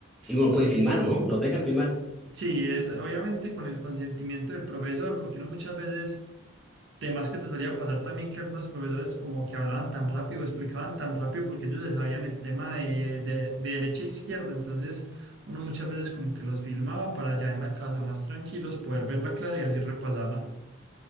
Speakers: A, in the centre; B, on the right.
A: Y uno
B: Si-
A: puede filmar, ¿no? Los dejan filmar.
B: Sí, es obviamente con el consentimiento del profesor, porque uno muchas veces, temas que te solía pasar también que algunos profesores como que hablaban tan rápido, explicaban tan rápido, porque ellos se sabían el tema de, de, de derecha e izquierda, entonces uno muchas veces como que los filmaba para allá en la casa más tranquilos, poder ver la clase y así repasarla.